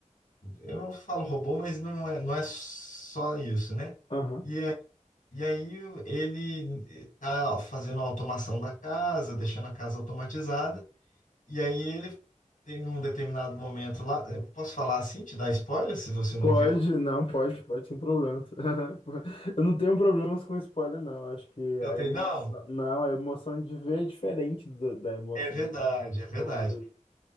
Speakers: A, on the left (about 80°); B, on the left (about 55°).
A: Eu não falo robô, mas não é, não é só isso, né?
B: aham.
A: E aí, e aí ele está fazendo a automação da casa, deixando a casa automatizada, e aí ele tem um determinado momento lá, eu posso falar assim, te dar spoiler se você não
B: Pode,
A: viu?
B: não, pode, pode, sem problemas. <laughs> Eu não tenho problemas com spoiler, não. Acho que a
A: Não tem,
B: emoção.
A: não?
B: Não, a emoção de ver é diferente do- da emoção.
A: É verdade, é verdade.
B: de ouvir.